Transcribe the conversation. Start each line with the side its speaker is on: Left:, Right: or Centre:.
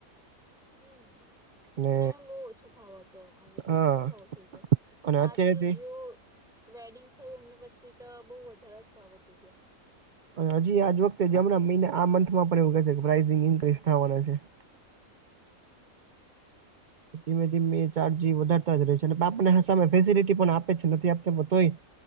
Centre: હું
Right: અને
Centre: એટલે હું બો ઓછો ભાવ હતો હવે તો
Right: હા
Centre: કેટલો ભાવ થઈ ગયો
Right: અને
Centre: આ
Right: અત્યારેથી
Centre: પેલો જીઓ વેડિંગસ થયું એમને પછી તો બઉ વધારે જ ભાવ વધી ગયા. આઈ
Right: હજી
Centre: થિંક
Right: આજ વખતે
Centre: પછી ખબર
Right: જેમણાં
Centre: નહી
Right: મહિને આ મંથમાં પણ એવું કે છે કે પ્રઇસિંગ ઇન્ક્રીઝ થાવાના છે. ધીમે ધીમે ચાર્જી વધારતા જ રહસે ને બાપને સામે ફેસિલિટી પણ આપે છે નથી આપતા પણ તોય